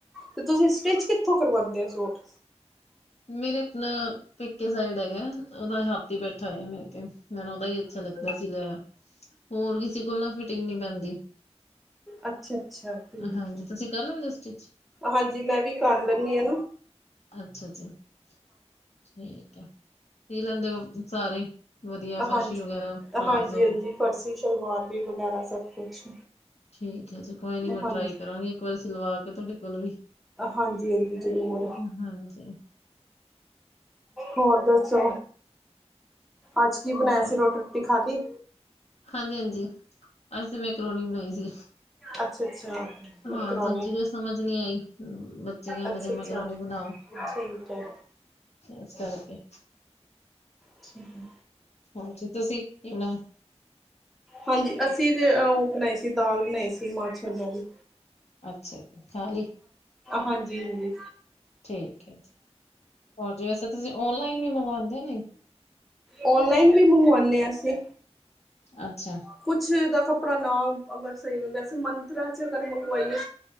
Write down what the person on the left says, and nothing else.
ਮੇਰੇ ਆਪਣਾ ਪੇਕੇ ਸਾਈਡ ਹੈਗਾ ਉਹਨਾਂ ਨੇ ਹਾਥੀ ਬੈਠਾ ਆ ਮੇਰੇ ਤੇ ਮੈਨੂੰ ਅੱਛਾ ਲੱਗਦਾ ਸੀ ਹੋਰ ਕਿਸੇ ਕੋਲ ਨਾ ਫਿਟਿੰਗ ਨਹੀਂ ਪੈਂਦੀ।
ਹਾਂਜੀ
ਤੁਸੀਂ ਕਰ ਲੈਦੇ ਸਟਿਚ
ਅੱਛਾ ਅੱਛਾ ਕੀ ਲੈਂਦੇ ਹੋ। ਸਾਰੇ ਵਧੀਆ ਫਰਸ਼ੀ
ਵਗੈਰਾ ਪਲਾਜ਼ੋ।
ਠੀਕ ਏ ਜੀ ਕੋਈ ਨੀ ਮੈਂ
ਟਰਾਈ ਕਰਾਂਗੀ ਇੱਕ ਵਾਰੀ ਸਿਲਵਾਰ ਕੋਈ ਤੁਹਾਡੇ ਕੋਲੋਂ ਵੀ।
ਹਾਂਜੀ।
ਬਹੁਤ
ਹਾਂਜੀ-ਹਾਂਜੀ, ਅੱਜ ਤੇ ਮੈਂਕਰੋਨੀ ਬਣਾਈ ਸੀ।
ਹਾਂ ਸਬਜ਼ੀ ਕੋਈ ਸਮਝ ਨੀ ਆਈ ਬੱਚੇ ਕਹਿਣ
ਲੱਗੇ ਮੈਂਕਰੋਨੀ ਬਣਾਓ।
ਇਸ ਕਰਕੇ।
ਹਾਂਜੀ ਤੁਸੀਂ ਕੀ ਬਣਾਇਆ
ਅੱਛਾ ਜੀ ਖਾ ਲਈ।
ਠੀਕ ਹ ਜੀ ਔਰ ਜੈਸੇ ਤੁਸੀਂ ਆਨਲਾਈਨ ਵੀ ਮੰਗਵਾਉਂਦੇ ਨੇ ਕੇ ਨਹੀਂ।
ਅੱਛਾ